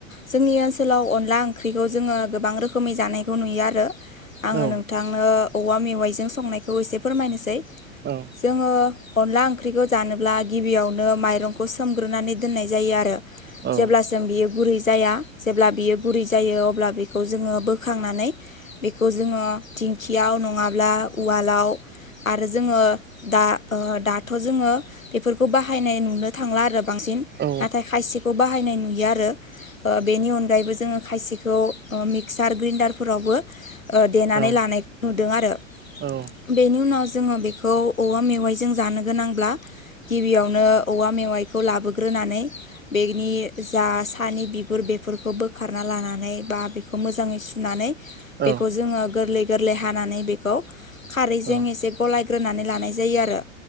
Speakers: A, on the left; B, on the right.
A: जोंनि ओनसोलाव अनला ओंख्रिखौ जोङो गोबां रोखो खोमै जानायखौ नुयो आरो आङो
B: औ
A: नों थांनो औवा मेवाइजों संनायखौ इसे फोरमायनोसै
B: औ
A: जोङो अनला ओंख्रिखौ जानोब्ला गिबियावनो माइरंखौ सोमग्रोनानै दोननाय जायो आरो
B: औ
A: जेब्ला जों बियो गुरै जाया जेब्ला बियो गुरै जायो अब्ला बेखौ जोङो बोखांनानै बेखौ जोंङो दिंखियाव नङाब्ला उवालाव आरो जोंङो दा ओ दाथ' जोंङो बेफोरखौ बाहायनाय नुनो थांला आरो बांसिन
B: औ
A: नाथाय खायसेखौ बाहायनाय नुयो आरो बेनि अनगायैबो जोंङो खायसेखौ सार ग्रिन्डारफोरावबो ओ देनानै
B: औ
A: लानायखौ नुदों आरो
B: औ
A: बेनि उनाव जोङो बेखौ औवा मेवाइजों जानो गोनांब्ला गिबियावनो औवा मेवाइखौ लाबोग्रोनानै बेनि जा सानि बिगुर बेफोरखौ बोखारना लानानै बा बे बेखौ मोजाङै सुनानै
B: औ
A: बेखौ जोंङो गोरलै गोरलै हानानै बेखौ खारैजों
B: औ
A: एसे गलायग्रोनानै लानाय जायो आरो